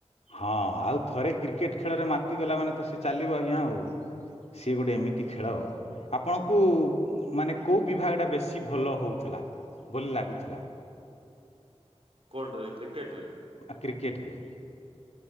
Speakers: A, on the left; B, on the right.
A: ହଁ-ଅ-ଅ ଆଉ ଥରେ କ୍ରିକେଟ ଖେଳରେ ମାତିଗଲା ମାନେ ତ ସେ ଚାଲିବ ଆଜ୍ଞା ଆଉ ସିଏ ଗୋଟେ ଏମିତି ଖେଳ ଆପଣଙ୍କୁ-କୁ-କୁ ମାନେ କୋଉ ବିଭାଗ ଟା ବେଶୀ ଭଲ ହଉଥିଲା ବୋଲି ଲାଗୁଥିଲା।
B: କୋଡ ରେ କ୍ରିକେଟ ରେ।
A: କ୍ରିକେଟରେ।